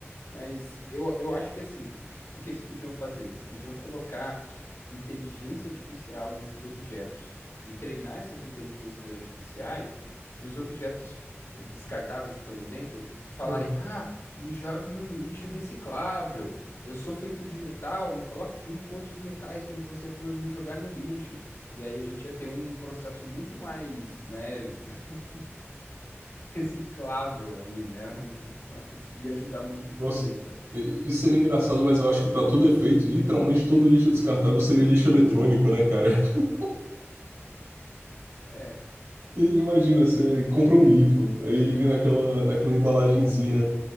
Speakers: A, on the left; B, on the right.
A: Mas eu, eu acho que assim, o que que eles podiam fazer? Eles podiam colocar inteligência artificial nesses objetos e treinar essas inteligências artificiais para os objetos descartáveis, por exemplo, falarem:
B: Ah,
A: Ah, me jogue num lixo reciclável. Eu sou feito de metal, me coloque junto com outros metais quando você for me jogar no lixo. E aí a gente ia ter um processo muito mais, né, <laughs> reciclável aí, né? <laughs> Um, um ecossistema, ia ajudar muito o planeta.
B: nossa, E- isso seria engraçado, mas eu acho que para todo efeito, literalmente todo lixo descartável seria lixo eletrônico, né, cara? <laughs>
A: É.
B: E imagina, você compra um livro, aí ele vem naquela, naquela embalagenzinha